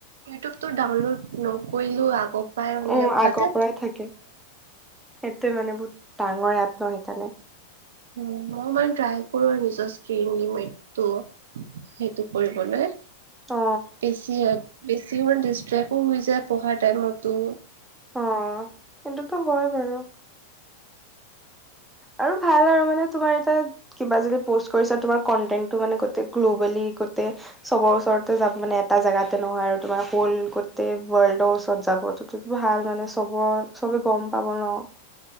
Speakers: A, on the right; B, in the centre.
A: ইউটিউবটো ডাউনলোড নকৰিলো। আগৰ পৰাই মানে
B: অ আগৰ
A: তাতে
B: পৰাই থাকে। সেইটোৱে মানে বহুত ডাঙৰে এপ ন সেইকাৰণে।
A: উম, মই মানে ট্ৰাই কৰি আহিছোঁ স্কিনলী মিত্তো সেইটো কৰিবলৈ।
B: অ
A: বেছি বেছিমান ডিষ্ট্ৰেকো হৈ যায় পঢ়া টাইমতো।
B: অ' সেইটোতো হয় বাৰু। আৰু ভাল আৰু মানে তোমাৰ এটাত কিবা যদি পষ্ট কৰিছা তোমাৰ কটেন্টো মানে গোটে গ্ল'বেলি টে চবৰ ওচৰতে যাব মানে এটা জোগাতে নহয় আৰু তোমাৰ হল গোটেই ৱৰ্ল্ডৰ ওচৰত যাব। সেইটোতো ভাল মানে চবৰ চবে গম পাব ন?